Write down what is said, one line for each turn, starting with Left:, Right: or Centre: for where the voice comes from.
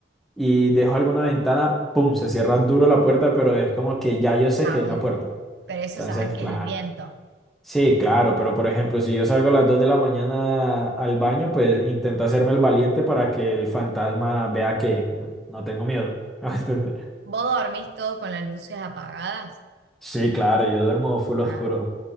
Centre: y dejo alguna ventana, pum, se cierra duro la puerta, pero es como que ya yo sé
Right: Ah,
Centre: que es
Right: bueno,
Centre: la puerta.
Right: pero eso
Centre: Entonces,
Right: sabes que
Centre: claro.
Right: es el viento.
Centre: Sí, claro, pero por ejemplo, si yo salgo a las 2 de la mañana al baño, pues intento hacerme el valiente para que el fantasma vea que n- no tengo miedo. <laughs> ¿Me va a entender?
Right: ¿Vos dormís todo con las luces apagadas?
Centre: Sí, claro, yo duermo full oscuro.
Right: Ah,